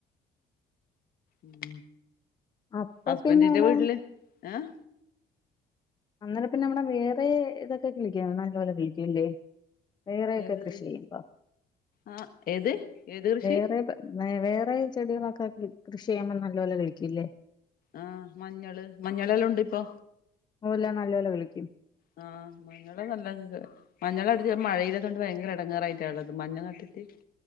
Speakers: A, on the left; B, on the left.
A: ഉം
B: അപ്പൊ
A: ഹസ്ബൻഡിന്റെ
B: പിന്നെ എവിടെ
A: വീട്ടില് ഏഹ്
B: അന്നേര പിന്നെ നമ്മടെ വേറെ ഇതൊക്കെ കളിക്ക നല്ല പോലെ കളിക്കല്ലേ വേറെയൊക്കെ
A: ഏത്
B: കൃഷി ചെയ്യുമ്പോ
A: ആഹ് ഏത് ഏത് കൃഷി
B: വേറെയൊക്കെ വേറെ ചെടികളൊക്കെ കൃഷി ചെയ്യുമ്പോൾ നല്ല പോലെ കിളിർക്കല്ലേ
A: ആഹ മഞ്ഞള് മഞ്ഞളെല്ലാമുണ്ട് ഇപ്പൊ
B: ഓല നല്ലപോലെ കിളിക്കും
A: ആഹ് മഞ്ഞളെ നല്ലത് മഞ്ഞള അടുത്ത് മഴയില്ലതുകൊണ്ട് ഭയങ്കര ഇടങ്ങേറായിട്ടാള്ളത് മഞ്ഞ നട്ടിട്ട്